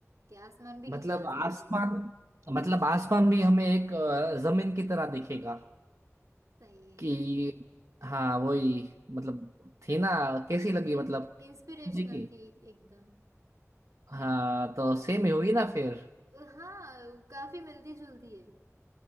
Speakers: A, on the right; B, on the right.
A: कि आसमान भी नीचे
B: मतलब
A: आ सकते
B: आसमान
A: हैं
B: मतलब आसमान भी हमें एक अ, जमीन की तरह दिखेगा
A: सही
B: कि
A: है
B: हाँ वही मतलब थी ना कैसी
A: बढ़िया
B: लगी मतलब
A: थी इंस्पिरेशनल
B: जी की
A: थी एकदम
B: हाँ तो सेम ही हुई ना फिर
A: हाँ काफी मिलती जुलती है